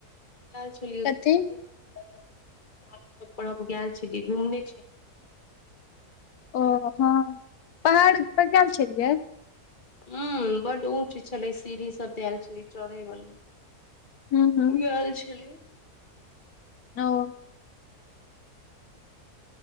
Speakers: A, on the left (about 30°); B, on the left (about 80°).
A: <unintelligible>
B: कथी
A: हम गेल छलियै घुमने छेलियै
B: ओ हँ पहाड़ पर गेल छेलियै
A: उंम्म बड्ड ऊंच छलै सीढ़ी सब दैल छलै चढ़ै वाला
B: हूँ हूँ
A: गैल छलियै
B: ओ